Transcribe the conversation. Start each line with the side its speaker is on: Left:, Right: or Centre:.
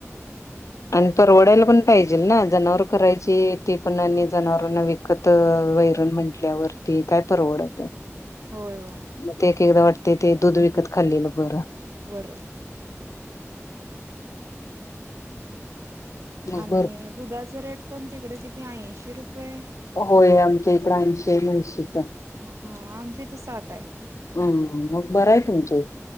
Left: आणि परवडायला पण पाहिजे ना, जनावर करायची ती पण आणि जनावरांना विक कत वैरण म्हटल्यावरती काय परवडत आहे.
Right: होय होय.
Left: मग ते एक एकदा वाटतंय ते दूध विकत खाल्लेलं बरं.
Right: व्हय.
Left: मग
Right: आणि
Left: बर
Right: दुधाचं रेट पण तिकडे किती ऐंशी रुपये,
Left: होय आमच्या इकड ऐंशी म्हैशीच.
Right: हम्म आमच्या इथे साठ आहे.
Left: हम्म मग बरं आहे तुमचं.